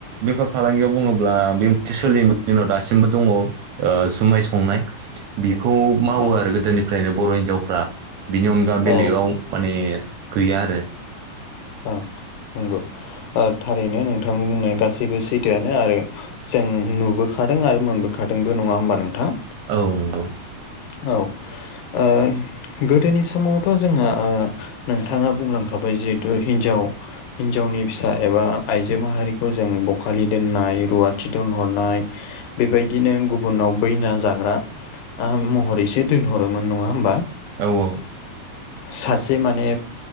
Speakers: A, on the right; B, on the left.
A: बेफार फालांगियाव बुङोब्ला बे मोनसे सोलियोमोन दिनाव दासिम। <unintelligible> ओ जुमाय संनाय बेखौ मावो
B: औ
A: आरो गोदोनि ओफ्रायनो बर' हिन्जावफ्रा बिनि अनगा बेलेगाव
B: औ
A: माने गैया आरो।
B: औ नंगौ ओ थारैनो नोंथांनि बुंनाय गासैबो सैथोआनो आरो जों नुबोखादों आरो मोनबोखादोंबो नङा होमबा नोंथां।
A: औ नंगौ।
B: औ ओ गोदोनि समावथ' जोंहा ओ नोंथाङा बुंलांखाबाय जिहेतु हिनजाव हिनजावनि फिसा एबा आइजो माहारिखौ जों बखालि दोननाय रुवा थि दोनहरनाय बेबायदिनो गुबुनाव बैना जाग्रा <unintelligible> हरैसे दोनहरोमोन नङा होमबा।
A: औ औ।
B: सासे माने